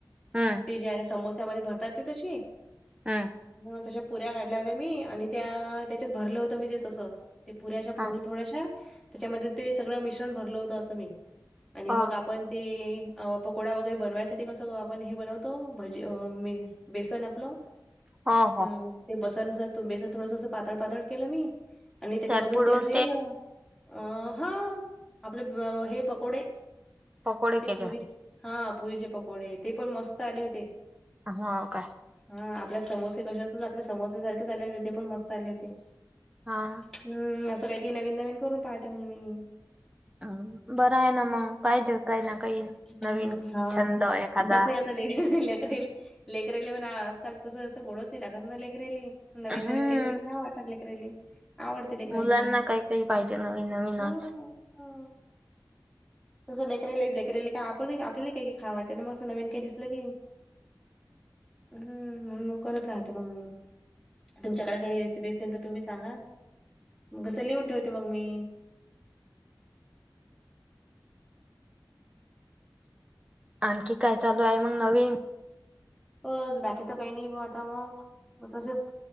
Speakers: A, on the right; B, in the centre.
A: हम्म
B: ते ज्या समोस्यामध्ये भरतात ते तशी.
A: हा.
B: मग तशा पुऱ्या काढल्या होत्या मी आणि त्या त्याच्यात भरलं होतं मी ते तसं. ते पुऱ्या अशा फोडून
A: ह
B: थोड्याशा. त्याच्यामध्ये ते सगळं मिश्रण भरलं होतं असं मी. आणि
A: हो
B: मग आपण ते अ पकोडा वगैरे बनवायसाठी कसं आपण हे बनवतो. भजी बेसन आपलं.
A: हो हो
B: हम्म, ते बसन अस, बेसन थोडस पातळ पातळ केलं मी. आणि त्याच्यामधून
A: त्यात बुडवून
B: ते असे अ ह. आपले हे पकोडे.
A: पकोडे
B: ते
A: केले
B: पुरी
A: होते.
B: हा पुरीचे पकोडे. ते पण मस्त आले होते.
A: हाव काय?
B: हा आपले समोसे कसे असतात. आपल्या समोस सारखेच आले होते. ते पण मस्त आले होते.
A: हा.
B: हम्म असं काही काही नवीन नवीन करून पाहते मग मी.
A: अ बरं आहे ना मंग. पाहिजेत काही ना काही.
B: हम्म
A: नवीन
B: हा
A: छंद एखादा
B: तसंही आता लई लेकरायले लेकरेली म्हणा आजकाल तसं असं गोडच नाही लागत ना लेकरले. नवीन
A: हम्म
B: नवीन काहीतरी खावा वाटाले लेकराले. आवडते लेकराले
A: मुलांना
B: मग.
A: काही काही पाहिजे नवीन नवीनच
B: ह मग ह. तसं लेकरले लेकरली काय, आपण आपल्याला काही काही खावा वाटते ना मग असं नवीन काही दिसलं की. हम्म मग करत राहते. मग मी. तुमच्याकडे काही रेसिपी असेल तर तुम्ही सांगा. मग कस लिहून ठेवते. मग मी.
A: आणखी काय चालू आहे मग नवीन?
B: बस बाकी त काही नाही बा आता मग. बस असेच.